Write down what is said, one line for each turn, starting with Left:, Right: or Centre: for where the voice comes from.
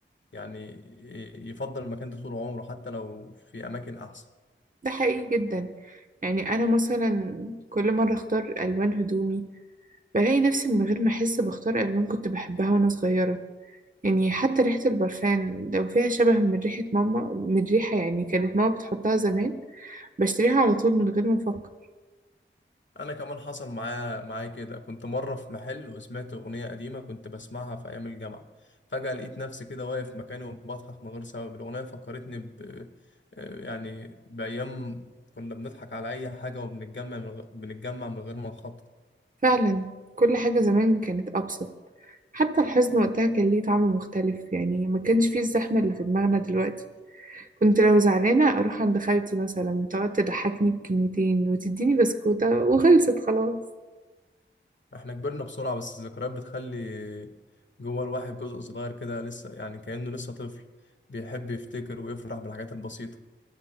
Left: يعني ي- يفضل المكان ده طول عمره حتى لو في أماكن أحسن
Right: ده حقيقي جدا يعني أنا مثلا كل مرة أختار ألوان هدومي بلاقي نفسي من غير ما أحس بختار ألوان كنت بحبها وأنا صغيرة يعني حتى ريحة البرفان لو فيها شبه من ريحة ماما من ريحة يعني كانت ماما بتحطها زمان بشتريها على طول من غير ما أفكر
Left: انا كمان حصل معايا معايا كده كنت مره في محل وسمعت اغنيه قديمه كنت بسمعها في ايام الجامعه فجاه لقيت نفسي كده واقف مكاني وبضحك من غير سبب الاغنيه فكرتني ب آه، يعني بايام كنا بنضحك على اي حاجه وبنتجمع من غ... بنتجمع من غير ما نخطط
Right: فعلا كل حاجة زمان كانت أبسط حتى الحزن وقتها كان ليه طعم مختلف يعني ما كانش فيه الزحمة اللي في دماغنا دلوقتي كنت لو زعلانة أروح عند خالتي مثلا تقعد تضحكني بكلمتين وتديني بسكوتة وخلصت خلاص
Left: احنا كبرنا بسرعه بس الذكريات بتخلي جوه الواحد جزء صغير كده لسه يعني كأنه لسه طفل بيحب يفتكر ويفرح بالحاجات البسيطه